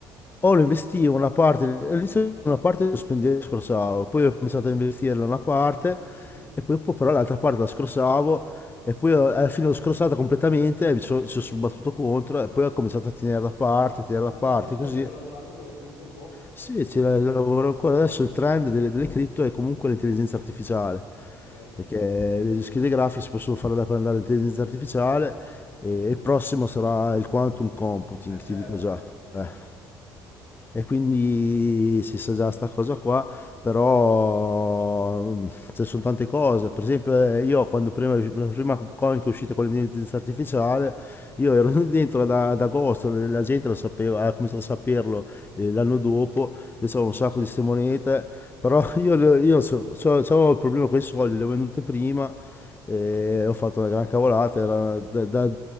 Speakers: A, on the left (about 20°); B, on the left (about 75°).
A: o lo investivo una parte, all'inizio una parte lo spendevo e scorsavo, poi ho cominciato a investirla una parte
B: Mhm.
A: e poi dopo però l'altra parte la scorsavo e poi ho- alla fine l'ho scorsata completamente e mi sono, ci sono battuto contro e poi ho cominciato a tenere da parte, tenere
B: Ma
A: da parte
B: adesso ci stai
A: così
B: ancora lavorando con le cripto un po'?
A: sì, ci la- lavoro ancora. Adesso il trend delle, delle cripto è comunque l'intelligenza artificiale,
B: Ok.
A: perché le schede grafiche si possono fare da andare all'intelligenza artificiale e il prossimo sarà il quantum computing,
B: Eh, certo,
A: ti dico già.
B: certo.
A: Eh. E quindi si sa già sta cosa qua, però mm, ci sono tante cose. Per esempio, eh, io quando prima, la prima coin che è uscita con l'intelligenza artificiale, io ero <laughs> dentro da, ad agosto, la gente lo sapeva, ha cominciato a saperlo eh, l'anno dopo, io avevo un sacco di ste monete, però <laughs> io, le- io so- so- so avevo il problema con i soldi, le ho vendute prima, e ho fatto una gran cavolata, era da, da